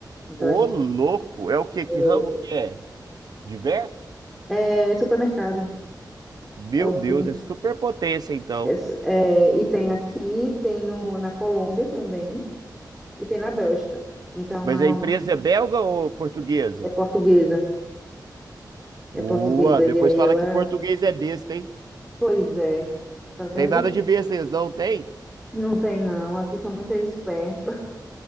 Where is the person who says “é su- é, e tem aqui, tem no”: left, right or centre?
Centre